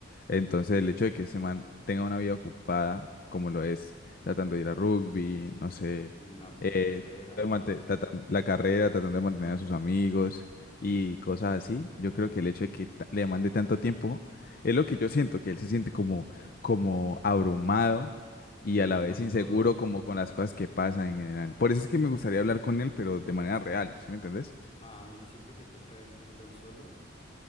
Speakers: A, on the left; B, on the left.
A: Entonces, el hecho de que ese man tenga una vida ocupada, como lo es, tratando de ir a rugby, no sé,
B: La,
A: eh,
B: la carrera, todo.
A: mante- tratan- la carrera, tratando de mantener a sus amigos y cosas así. Yo creo que el hecho de que ta- le mande tanto tiempo es lo que yo siento, que él se siente como, como abrumado
B: Sí,
A: y a la vez
B: con
A: inseguro
B: todo.
A: como con las cosas que pasan en general. Por eso es que me gustaría hablar con él, pero de manera real, ¿sí me entendés?
B: Ah, no, yo siento que toca escogerlo al solo